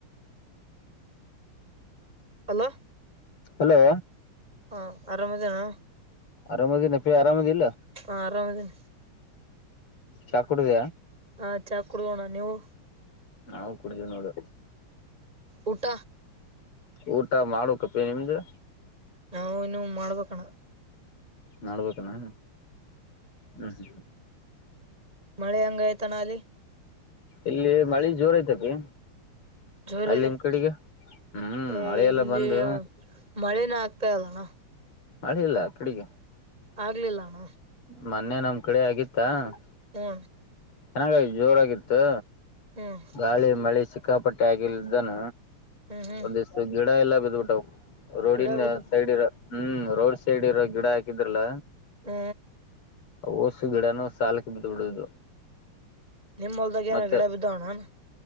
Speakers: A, on the right; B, on the left.
A: hello
B: hello
A: ಹಾ ಆರಾಮದೇನಾ
B: ಆರಾಮದಿನಪೀ ಆರಾಮದಿಲ್ಲ
A: ಹ ಆರಾಮದನೆ
B: ಚಾಕ ಕುಡುದ
A: ಹಾ ಚಾಕ್ಡೋನ ನೀವು
B: ನಾವು ಕುಡಿದೇವಿ ನೋಡು
A: ಊಟ
B: ಊಟ ಮಾಡುಕಪ್ಪಿ ನಿಮ್ದು
A: ನಾವವು ಇನ್ನು ಮಾಡ್ಬೇಕಣ
B: ನಡ್ಬನಾ ಅಹ್
A: ಮಳೆ ಹೆಂಗ ಆಯ್ತಾನ ಲೀ
B: ಇಲ್ಲಿ ಮಳಿ ಜೋರ ಐತಪಿ
A: ಜೋರ
B: ಅಲ್ಲಿ
A: ಇದೆ
B: ನಿಮ್ ಕಡೆಗೆ ಹ್ಮ್
A: ಏ
B: ಮಳೆಲ್ಲ
A: ಇಲ್ಲಿ
B: ಬಂದು
A: ಮಳೆನ ಆಗ್ತ ಪಾಲ್ಲಣ
B: ಮಳಿ ಇಲ್ಲ ಕಡಿಗೆ
A: ಆಗ್ಲಿಲ್ಲಣ್ಣ
B: ಮೊನ್ನೆ ನಮ್ ಕಡೆ ಆಗಿತ್ತಾ ಆಗಿತ್ತಾ
A: ಹೂ
B: ಚೆನ್ನಾಗ ಜೋರಾಗಿತ್ತು
A: ಹ್ಮ್
B: ಗಾಳಿ ಮಳೆ ಸಿಕ್ಕಾಪಟ್ಟೆ ಆಗಿಲ್ಲಿದ್ದಾನ
A: ಹ್ಮ್ ಹ್ಮ್
B: ಒಂದಷ್ಟ ಗಿಡ ಎಲ್ಲ ಬಿದ್ದುಬಿಟ್ಟವು ರೋಡಿನ
A: ಗಿಡ ಬಿದ್ದು
B: ಸೈಡ್ ಇರೋ ಹ್ಮ್ ರೋಡ್ ಸೈಡ್ ಇರೋ ಗಿಡ ಹಾಕಿದ್ರಲ್ಲ
A: ಹ್ಮ
B: ಓಸು ಗಿಡನು ಸಾಲಕ್ಕೆ ಬಿದ್ದ ಬಿಡುದು
A: ನಿಮ್ಮ ಹೊಲದಾಗೇನ್
B: ಮತ್ತೆ
A: ಗಿಡ ಬಿದ್ದವೇನಣ್ಣ